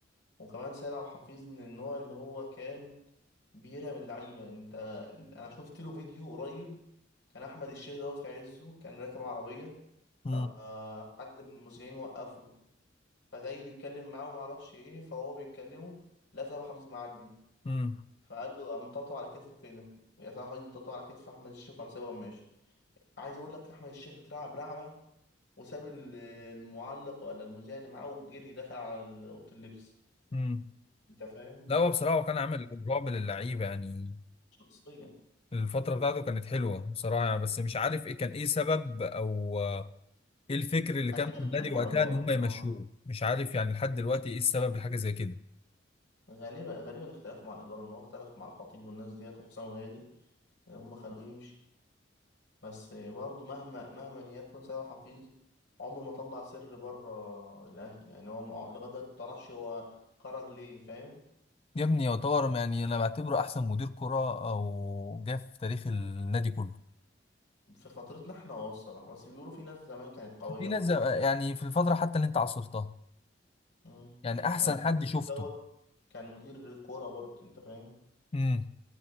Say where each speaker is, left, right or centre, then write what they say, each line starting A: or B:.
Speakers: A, on the left; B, on the left.
A: وكمان سيد عبد الحفيظ من النوع اللي هو كان بيرعب اللعيبة انت ال- انا شفت له فيديو قريب كان احمد الشيخ دوت في عزه كان راكب عربية
B: مم.
A: فحد من المذيعين وقفه فجاي بيتكلم معاه ومعرفش ايه فهو بيتكلمه لا سيد عبد الحفيظ معدي
B: مم.
A: فقال له قام مطاطه على كتفه كده يا سيد عبد الحفيظ مطاطه على كتف احمد الشيخ وقام سايبه وقام ماشي عايز اقول لك احمد الشيخ اترعب رعبة وساب ال- المعلق ولا المذيع اللي معاه وجري دخل على اوضه اللبس
B: مم.
A: انت فاهم
B: لا هو بصراحة هو كان عامل رعب للعيبة يعني
A: فشخصيا
B: الفترة بتاعته كانت حلوة بصراحة يعني بس مش عارف ايه كان ايه سبب او ايه الفكر اللي
A: اكيد
B: كان
A: اختلاف
B: في النادي
A: مع
B: وقتها
A: الاداره
B: ان هم
A: يعني
B: يمشوه
A: هو
B: مش عارف يعني لحد دلوقتي ايه السبب لحاجه زي كده
A: غالبا غالبا الاختلاف مع الاداره ان هو اختلف مع الخطيب والناس ديت وحسام غالي هم خلوه يمشي بس برضه مهما مهما يكن سامح حفيظ عمره ما طلع سر بره الاهلي يعني هو مع- لغايه دلوقتي ما تعرفش هو خرج ليه فاهم
B: يا ابني يعتبر يعني انا بعتبره احسن مدير كرة او جه في تاريخ النادي كله
A: في فترتنا احنا اه الصراحه بس بيقولوا في ناس زمان كانت قويه
B: في ناس
A: برضه
B: زي- يعني في الفترة حتى اللي انت عاصرتها
A: مم.
B: يعني احسن
A: يعني
B: حد
A: الخطيب
B: شفته
A: دوت كان مدير كوره برضه انت فاهم
B: امم